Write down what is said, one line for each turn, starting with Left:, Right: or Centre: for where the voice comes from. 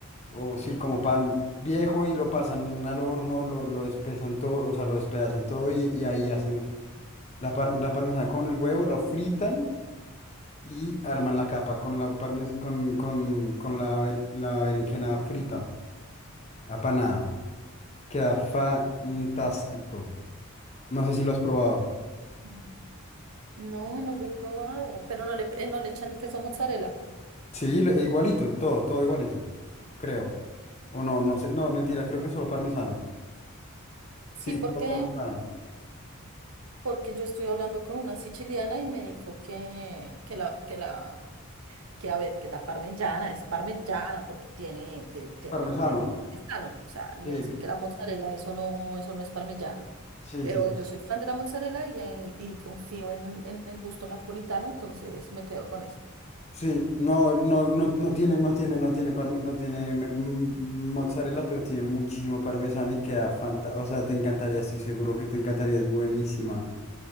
Left: o sí, como pan viejo y lo pasan al horno, lo, lo despezan todo, o sea, lo despedazan todo y, y ahí hacen la, par- la parmesana con el huevo, lo fritan y arman la capa con la, parmes- con, con, con la, bel- la berenjena frita, apanada. Queda fantástico. No sé si lo has probado.
Right: Mm. No, no lo he probado, pero no le, eh, no le echan queso mozzarella.
Left: Sí, lo- igualito, todo, todo igualito, creo. O no, no sé, no, mentira, creo que es solo parmesano.
Right: Sí,
Left: Sí,
Right: porque,
Left: solo parmesano.
Right: porque yo estoy hablando con una siciliana y me dijo que, que la, que la que a ver, que la parmellana es parmellana porque tiene, tiene, tiene,
Left: Parmesano.
Right: el- tiene el parmesano. O sea, me
Left: Sí,
Right: dice que la mozzarella, eso no, eso no es parmellana.
Left: sí,
Right: Pero
Left: sí.
Right: yo soy fan de la mozzarella y, en- y confío en, en el gusto napolitano, entonces me quedo con esa.
Left: Sí, no, no, no, no tiene, no tiene, no tiene, parme- no tiene me- mm, mozzarella, pero tiene muchísimo parmesano y queda fantástico. O sea, te encantaría, estoy seguro que te encantaría, es buenísima.